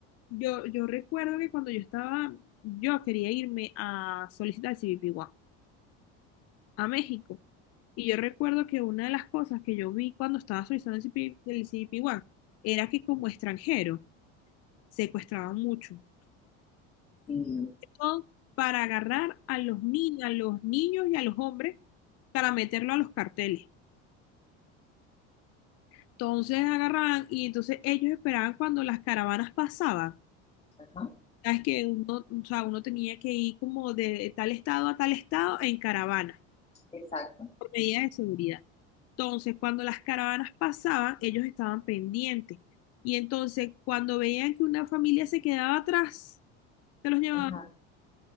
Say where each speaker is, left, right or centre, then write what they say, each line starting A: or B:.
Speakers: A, on the left; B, on the left.
A: Yo, yo recuerdo que cuando yo estaba, yo quería irme a solicitar el CBP1 a México. Y yo recuerdo que una de las cosas que yo vi cuando estaba solicitando el CBP1 era que como extranjero secuestraban mucho.
B: Sí,
A: son para agarrar a los, ni- a los niños y a los hombres para meterlo a los carteles. Entonces agarraban y entonces ellos esperaban cuando las caravanas pasaban.
B: ajá,
A: Sabes que uno, o sea, uno tenía que ir como de tal estado a tal estado en caravana
B: exacto,
A: por medidas de seguridad. Entonces, cuando las caravanas pasaban, ellos estaban pendientes. Y entonces, cuando veían que una familia se quedaba atrás, se los llevaban.
B: ajá.